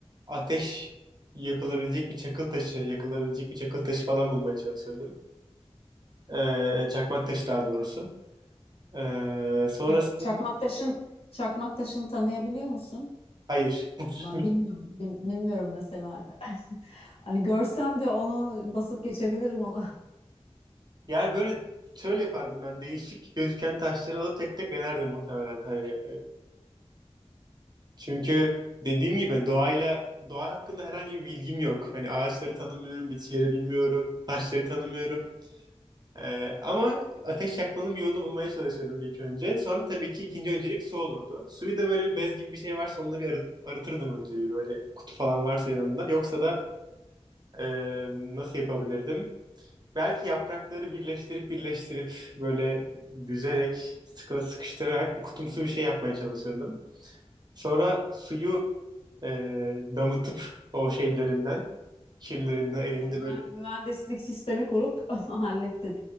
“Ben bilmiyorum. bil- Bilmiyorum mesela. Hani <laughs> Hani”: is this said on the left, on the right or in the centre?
Left